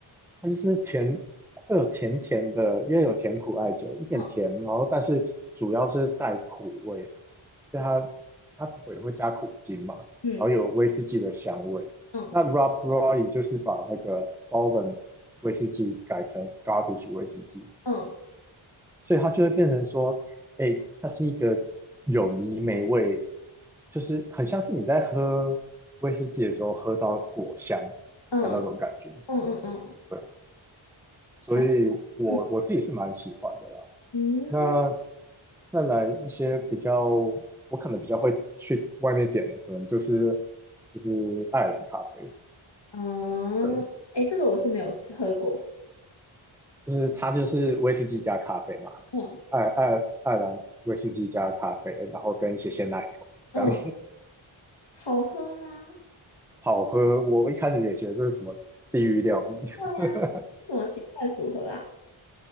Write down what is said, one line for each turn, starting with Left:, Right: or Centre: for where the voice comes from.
Centre: 它就是甜，会有甜甜的，因为有甜苦艾酒，一点甜，
Left: 哦
Centre: 然后但是主要是带苦味，对它它也会加苦精嘛，
Left: 嗯
Centre: 然后有威士忌的香味。
Left: 嗯
Centre: 那 Rob Roy 就是把那个 Bourbon 威士忌改成 Scottish 威士忌，
Left: 嗯
Centre: 所以它就会变成说，哎，它是一个有泥煤味，就是很像是你在喝威士忌的时候喝到果香的那种感觉。
Left: 嗯嗯嗯嗯，嗯
Centre: 对，所以我我自己是蛮喜欢的啦。
Left: 好，嗯嗯
Centre: 那再来一些比较，我可能比较会去外面点的，可能就是就是爱尔兰咖啡，
Left: 嗯，
Centre: 对，
Left: 哎、诶这个我是没有吃喝过。
Centre: 就是它就是威士忌加咖啡嘛，
Left: 嗯
Centre: 爱爱爱尔兰威士忌加咖啡，然后跟一些鲜奶油这样
Left: 嗯，好喝吗？
Centre: <laughs> 好喝。我一开始也觉得这是什么地狱料理。
Left: 会啊，
Centre: <laughs>
Left: 什么奇怪的组合啊？